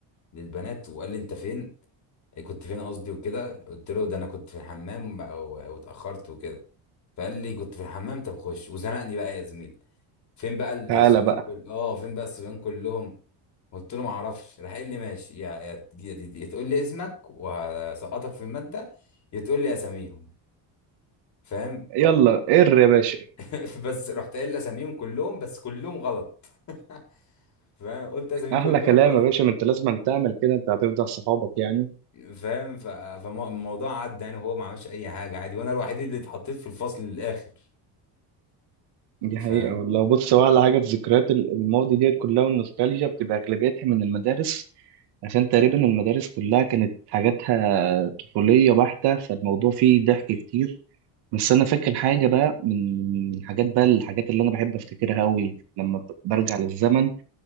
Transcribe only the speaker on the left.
للبنات وقال لي انت فين إيه كنت فين قصدي وكده قلت له ده انا كنت في الحمام بقى و- واتاخرت وكده فقال لي كنت في الحمام طب خش وزنقني بقى يا زميل فين بقى الصبيان
كل اه فين بقى الصبيان كلهم قلت له ما اعرفش راح قال لي ماشي يا يا يا يا تقول لي اسمك وهسقطك في الماده يا تقول لي اساميهم فاهم
<laughs> بس رحت قايل اساميهم كلهم بس كلهم غلط <laughs> فاهم قلت اساميه
كلهم
غلط
فاهم ف- فالموضوع عدى يعني وهو ما عملش اي حاجه عادي وانا الوحيد اللي اتحطيت في الفصل للاخر
فاهم